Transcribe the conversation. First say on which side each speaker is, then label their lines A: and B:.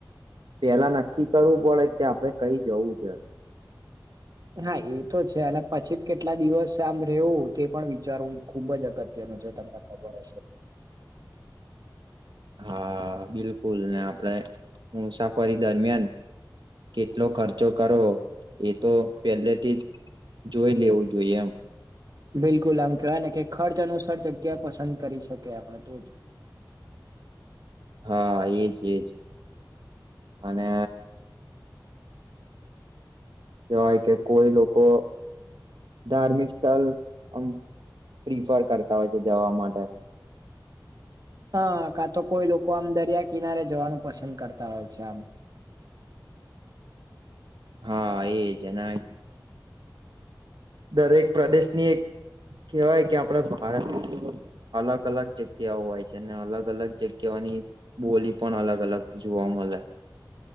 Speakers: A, on the right (about 75°); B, on the right (about 55°).
A: પેલા નક્કી કરવું પડે કે આપડે કઈ જવું છે.
B: હા એ તો છે અને પછી જ કેટલા દિવસ આમ રહેવું તે પણ વિચારવું ખુબ જ અગત્યનું છે તમને. <unintelligible>
A: હા બિલકુલ ને આપડે મુસાફરી દરમિયાન કેટલો ખર્ચો કરવો એ તો પેલેથી જ જોઈ લેવું જોઈએ એમ.
B: બિલકુલ આમ કહેવાય ને કે ખર્ચ અનુસાર જગ્યા પસંદ કરી શકે આપડે તો જ.
A: હા, એજ એજ અને કહેવાય કે કોઈ લોકો ધાર્મિક સ્થળ આ પ્રિફર કરતા હોય છે જવા માટે.
B: હા કાં તો કોઈ લોકો આમ દરિયા કિનારે જવાનું પસંદ કરતા હોય છે આમ.
A: હા એજ એના દરેક પ્રદેશની એક કહેવાય કે આપડા ભારત નું જીવન અલગ અલગ જગ્યાઓ હોય છે અને અલગ અલગ જગ્યાઓની બોલી પણ અલગ અલગ જોવા મળે.